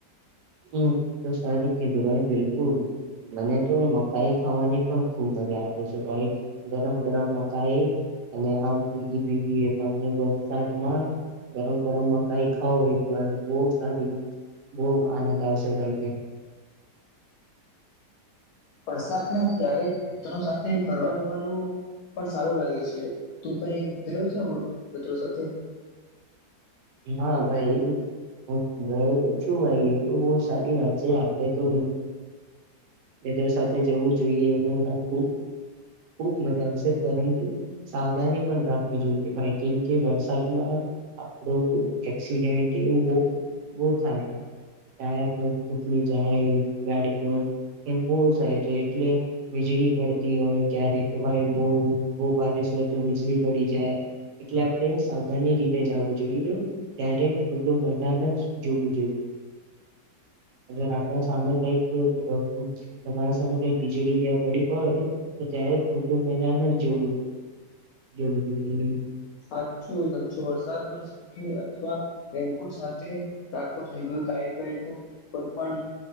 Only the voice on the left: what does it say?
વરસાદમા ક્યારેક મિત્રો સાથે ફરવા જવાનુ પણ સારું લાગે છે તું કઈ ગયો છે વ મિત્રો સાથે
સાચું સાચું વરસાદમાં છત્રી અથવા રેનકુટ સાથે રાખવુ જોઈએ કઈ કઈ તો કોઈ પણ